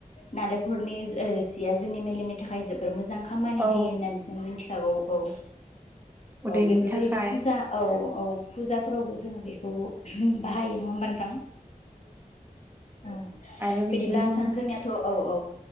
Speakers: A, on the left; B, on the right.
A: नालेंखरनि ओ रोसिया जोंनि मेलेमनि थाखाय जोबोर मोजां खामानि
B: औ
A: होयो होननानै जों मिथिखागौ औ
B: उदैनि
A: औ बेफोरबायदिनो
B: थाखाय
A: फुजा औ - औ फुजा फोरावबो जोङो बेखौ बाहायो नङा होनबा नोंथां औ
B: आरो बेखिं
A: बिदिब्ला
B: बुं
A: नोंथां जोंनियाथ औ - औ